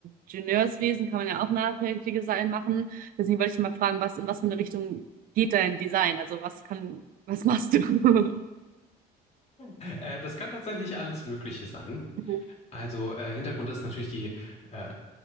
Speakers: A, on the right; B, on the left.
A: Ingenieurswesen kann man ja auch nachhaltiges Design machen. Deswegen wollte ich mal fragen, was in was für eine Richtung geht dein Design? Also was kann, was machst du? <laughs>
B: Äh, das kann tatsächlich alles Mögliche sein.
A: Mhm.
B: Also äh, Hintergrund ist natürlich die äh,